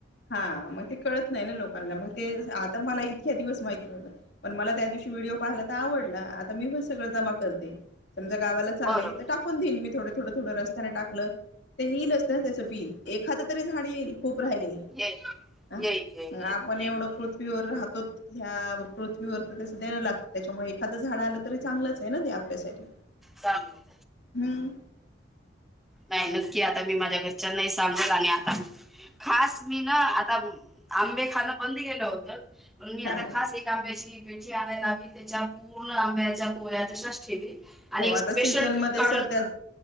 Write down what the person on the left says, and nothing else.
हा म ते कळत नाही ना लोकांना म ते आता मला इतक्या दिवस माहित नव्हतं. पण मला त्या दिवशी व्हिडिओ पाहायला तर आवडला आता मी पण सगळं जमा करते. समजा गावाला चालेय
तर टाकून देईल मी थोडं थोड थोडं रस्त्याने टाकलं ते येईलच ना त्याचं बी एखाद तरी झाड येईल खूप राहिले.
ह
मग
आपण
एवढं पृथ्वीवर राहतो ह्या पृथ्वीवर तर त्यास देणं लागतं त्याच्यामुळे एखादं झाड आलं तरी चांगलंच आहे ना ते आपल्यासाठी.
हम्.
हा
हो
आता
सीझनमध्येध्ये
सध्या